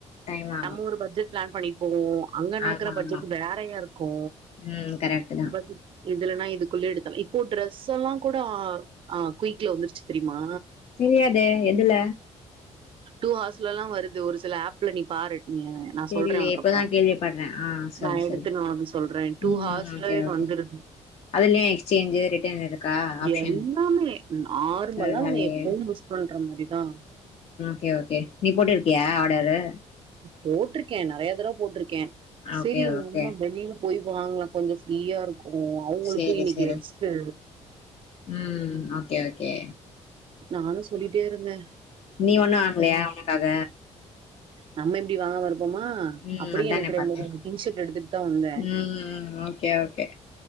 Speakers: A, on the left; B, on the right.
A: டைம் ஆகு
B: நம்ம ஒரு பட்ஜெட் பிளான் பண்ணி போவோ அங்க நடக்கற
A: ஆமா
B: பட்ஜெட்
A: ஆமா
B: வேறையா இருக்கு
A: ம் கரெக்ட் தா
B: பட் இதுலன்னா இதுக்குள்ளே எடுத்தலாம் இப்போ ட்ரெஸ் எல்லாம் கூட ஆஹ குய்ல வந்துருச்சு தெரியுமா?
A: தெரியாதே எதுல
B: டூ ஹாஸ்லெல்லாம் வருது ஒரு சில ஆப்ல நீ பாரு நா
A: தெரியலையே
B: சொல்றே உனக்கு
A: இப்பதா
B: அப்றோ
A: கேள்விப்படுறே ஆ சொல்லு
B: நா எடுத்துன்
A: சொல்லு
B: வானு சொல்றே டூ
A: ம்
B: ஹவர்ஸ்ல
A: ஓகே ஓகே
B: வந்துருது
A: அதுலயு எக்ஸ்சேஞ்சு ரிட்டர்ன் இருக்கா ஆப்ஷன்
B: எல்லாமே நார்மலா
A: பரவாலயே
B: நம்ம எப்பவு யூஸ் பண்ற மாரிதான்
A: கே ஓகே நீ போட்டு இருக்கியா ஆடரு?
B: போட்ருக் கே நெறைய தடவ போட்ருக்கே செரி
A: ஓகே ஓகே
B: உண்ம வெளில போய் வாங்லே கொஞ்சோ ஃப்ரீயா இருக்கும் ஓ அவுங்ளுக்கு
A: சேரி
B: இன்னிக்கி
A: சேரி
B: ரெஸ்டு
A: ம் ஓகே ஓகே
B: நானும் சொல்லிட்டேயிருந்தேன்
A: நீ ஒண்ணும் வாங்லையா உனக்காக
B: நம்ம எப்டி வாங்காம இருப் போவமா
A: ம்
B: அப்டிய
A: அதானே
B: எனக்கு ரெண்டு
A: பாத்தே
B: மூணு டீஷர்ட் எடுத்துட் தான் வந்தே
A: ம் ஓகே ஓகே